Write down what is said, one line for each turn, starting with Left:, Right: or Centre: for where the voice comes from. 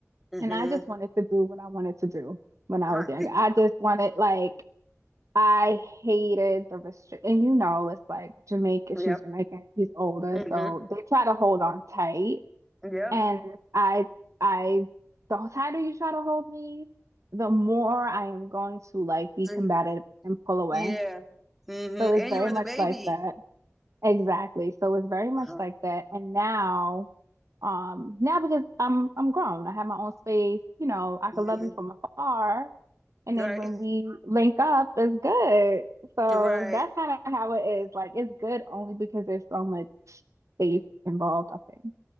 Centre: mhm.
Right: and I just wanted to do what I wanted to do when I
Centre: Mm,
Right: was younger.
Centre: <laughs>
Right: I just wanted like I hated the restrict, and you know, it's like Jamaica,
Centre: yep
Right: she's Jamaican, she's older,
Centre: mhm,
Right: so they try to hold on tight.
Centre: yep
Right: And I, I, the tighter you try to hold me, the more I am going to like be
Centre: Mm,
Right: combative and pull away.
Centre: yeah mhm.
Right: So it's
Centre: and
Right: very
Centre: you were
Right: much
Centre: the baby
Right: like that. Exactly. So it's very much
Centre: Uh-huh.
Right: like that. And now, um, now because I'm I'm grown, I have my own space, you know, I could
Centre: Mhm.
Right: love you from afar, and
Centre: right
Right: then when we link up, it's good. So
Centre: right
Right: that's kind of how it is. Like it's good only because there's so much space involved, I think.